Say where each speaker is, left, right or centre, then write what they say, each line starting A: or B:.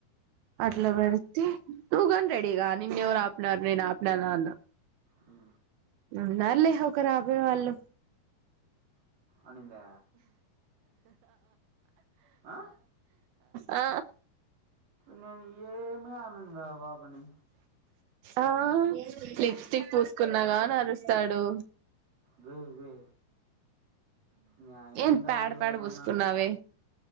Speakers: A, on the right; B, on the right.
A: అట్ల వెడితే తూగనీ రెడిగా నిన్నెవరు ఆపినారు నేను ఆపినాన అన్న
B: అ
A: ఉన్నారు లేే ఒకరు ఆపే వాళ్ళు
B: అనిందా ఆ?
A: ఆ
B: నేను ఏమి అననువే ఆ పాపని
A: ఆ లిప్స్టిక్ పూసుకున్నాగానీ అరుస్తాడు
B: వే వే న్యాయంము
A: ఏం
B: ఉండాలి
A: పేడ పేడ
B: ఏమన్నా
A: పూసుకున్నావే